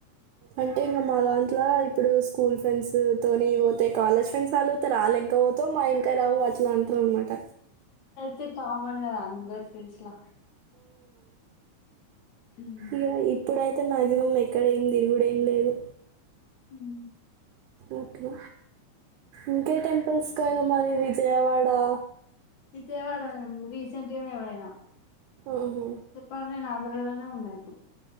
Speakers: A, on the right; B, on the left.
A: అంటే ఇంకా మా దాంట్లో ఇప్పుడు స్కూల్ ఫ్రెండ్స్ తోని పోతే కాలేజ్ ఫ్రెండ్స్ అలుగుతారు అలెనుకా పోతేవ మా క్క రావు అట్లా అంటావు అన్నమాట
B: తి కామన్ కదా అందర్ ఫ్రెండ్స్లా ఉమ్.
A: ఆయ్య ఇప్పుడయి అయితే మాయాక్సిమం ఎక్కడ ఏమి తిరుగుడు ఏం లేదు
B: ఉమ్
A: ఓకే ఇంకే టెంపుల్స్ కా అయినా మరి విజయవాడా
B: విజయవాడ రీసెంట్‌గానే పోయిన నా
A: ఆహా.
B: చెప్పండి నేన్ ఆంధ్రలో ఆ ఉన్నది